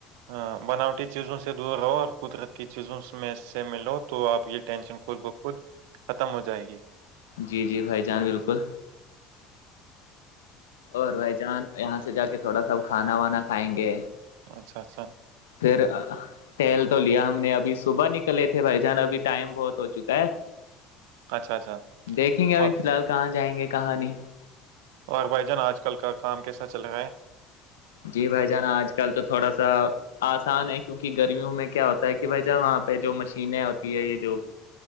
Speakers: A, on the right; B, on the left.
A: ہاں بناوٹی چیزوں سے دور رہو اور قدرت کی چیزوں میں سے ملو تو آپ ٹینشن خود بہ خود ختم ہو جائے گی
B: جی جی بھائی جان بلکل اور بھائی جان یہاں سے جاکے تھوڑا سا کھانا وانا کھائیں گے
A: اچھا اچھا
B: پھر ٹہل تو لیا ہم نے ابھی صبح نکلے تھے بھائی جان ابھی ٹائم بہت ہو چکا ہے
A: اچھا اچھا
B: دیکھیں گے ابھی
A: اور
B: فلحال کہاں جائیں گے کہاں نہیں
A: اور بھائی جان آج کل کا کام کیسا چل رہا ہے
B: جی بھائی جان آج کل تو تھوڑا سا آسان ہے کیونکہ گرمیوں میں کیا ہوتا ہے کہ بھائی جان وہاں پہ جو مشینیں ہوتی ہے یہ جو